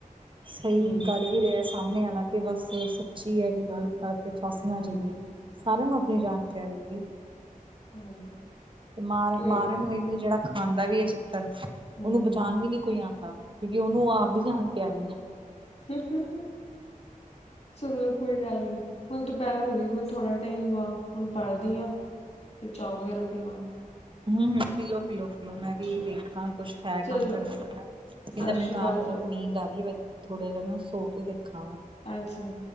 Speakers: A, on the right (about 35°); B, on the left (about 50°).
A: ਸਹੀ
B: ਹੂੰ
A: ਕਰ ਈ ਰਿਐ ਸਾਹਮਣੇ ਆਲਾ ਕਿ ਬਸ ਸੱਚੀ ਐ ਕਿ ਗ਼ਲਤ ਆ ਕਿ ਫਸ ਨਾ
B: ਹੂੰ
A: ਜਈਏ। ਸਾਰਿਆਂ ਨੂੰ ਆਪਣੀ ਜਾਨ ਪਿਆਰੀ ਦੀ
B: ਹੂੰ।
A: ਮਾਰ
B: ਕੋਈ
A: ਮਾਰਨ ਵੇਲੇ ਜਿਹੜਾ ਖਾਂਦਾ ਵੀ ਏ ਛਿੱਤਰ।
B: ਹੂੰ
A: ਉਹਨੂੰ ਬਚਾਨ ਵੀ ਨੀ ਕੋਈ ਆਂਦਾ, ਕਿਓਂਕਿ ਉਨੂੰ ਆਪਦੀ ਜਾਨ ਪਿਆਰੀ ਐ।
B: ਹੂੰ-ਹੂੰ-ਹੂੰ, ਚਲੋ ਕੋਈ ਗੱਲ ਨੀ। ਹੁਣ ਦੁਪਹਿਰ ਹੋ ਗਈ ਮੈਂ ਥੋੜ੍ਹਾ ਟਾਈਮ ਵਾ ਹੁਣ ਪੜ੍ਹਦੀ ਹਾਂ ਫਿਰ ਚਾਹ ਵਗੈਰਾ ਪੀਵਾਂਗੀ
A: ਹੂੰ-ਹੂੰ ਪੀਲੋ-ਪੀਲੋ-ਪੀਲੋ ਮੈਂ ਵੀ
B: ਅਕਾਲ
A: ਵੇਖਾਂ ਕੁਛ ਹੈ
B: ਚਲੋ
A: ਕੰਮ ਕਰਨਾ ਪਿਆ।
B: ਸਤਿ
A: ਏਦਾਂ ਮੈਨੂੰ
B: ਸ਼੍ਰੀ
A: ਤਾਂ
B: ਅਕਾਲ
A: ਆਪ ਬਹੁਤ
B: ਚ
A: ਨੀਂਦ ਆ ਰੀ ਐ, ਥੋੜਾ ਜਾ ਨਾ ਸੋ ਕੇ ਦੇਖਾ ਵਾ।
B: ਅੱਛਾ